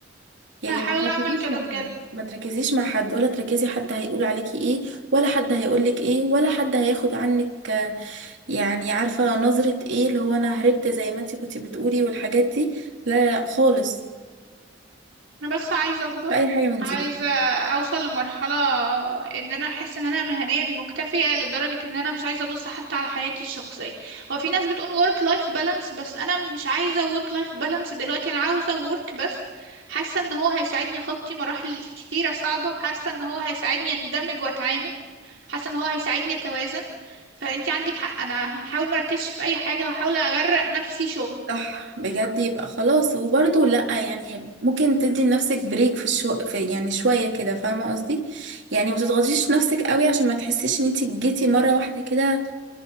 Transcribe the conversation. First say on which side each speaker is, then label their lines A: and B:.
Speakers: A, on the right; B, on the right.
A: يعني
B: هحاول
A: ما تركزيش
B: أعمل كده
A: مع
B: بجد
A: حد ما تركزيش مع حد ولا تركزي حد هيقول عليكي ايه ولا حد هيقولك ايه ولا حد هياخد عنك آه، يعني عارفة نظرة ايه اللي هو انا هربت زي ما انت كنت بتقولي والحاجات دي لا خالص
B: انا بس عايزه اكبر
A: بأي حاجة من
B: عايزه
A: دي
B: اوصل لمرحله ان انا احس ان انا مهنيا مكتفيه لدرجه ان انا مش عايزه ابص حتى على حياتي الشخصيه هو في ناس بتقول work life balance بس انا مش عايزه work life balance دلوقتي انا عاوزه work بس حاسه ان هو هيساعدني اخطي مراحل كتيره صعبه حاسه ان هو هيساعدني اندمج واتعامل حاسه ان هو هيساعدني اتوازن فانتي عندك حق انا هحاول مركزش في اي حاجه وهحاول اغرق نفسي شغل
A: صح بجد يبقى خلاص وبرضه لأ يعني ممكن تدي لنفسك بريك في الشو في يعني شوية كده فاهمة قصدي يعني ما تضغطيش نفسك قوي عشان ما تحسيش ان انتي جيتي مرة واحدة كده